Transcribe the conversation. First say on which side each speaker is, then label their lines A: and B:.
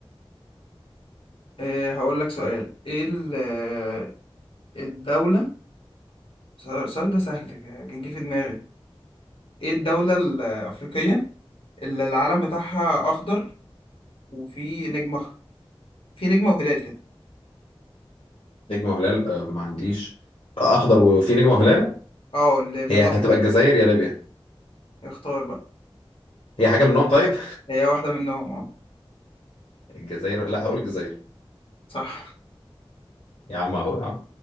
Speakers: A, on the left; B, on the left.
A: آه هقول لك سؤال ايه ال- آه، الدوله السؤال ده سهل جه جه في دماغي ايه الدوله الافريقيه اللي العلم بتاعها اخضر وفي نجمه أخ- في نجمه وهلال كده
B: نجمة وهلال آه، ما عنديش آه، اخضر وفي نجمة وهلال
A: اه اللي بالابيض
B: هي هتبقى الجزائر يا ليبيا
A: اختار بقى
B: هي حاجة منهم طيب
A: هي واحده منهم اه
B: <laughs> الجزائر لا هقول الجزائر
A: صح
B: يا عم اهو يا عم